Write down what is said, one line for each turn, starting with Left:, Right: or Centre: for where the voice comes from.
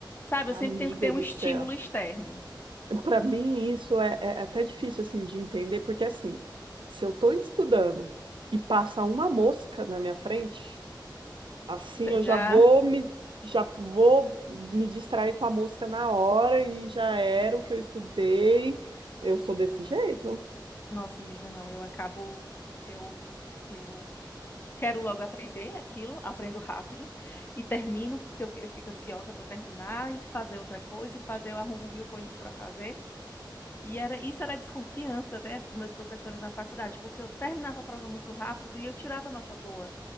Left: sabe,
Right: Amiga
Left: eu sempre tenho que ter um
Right: do
Left: estímulo
Right: céu.
Left: externo.
Right: Para mim, isso é, é até difícil assim de entender, porque assim, se eu estou estudando e passa uma mosca na minha frente, assim
Left: Você
Right: eu
Left: já
Right: já vou me já vou me distrair com a mosca na hora e já era o que eu estudei. Eu sou desse jeito.
Left: Nossa, amiga, não, eu acabo, eu, eu quero logo aprender aquilo, aprendo rápido e termino porque eu, eu fico ansiosa para terminar e fazer outra coisa e fazer, eu arrumo mil coisas para fazer. E era, isso era a desconfiança, né, dos meus professores na faculdade, porque eu terminava a prova muito rápido e eu tirava nota boa.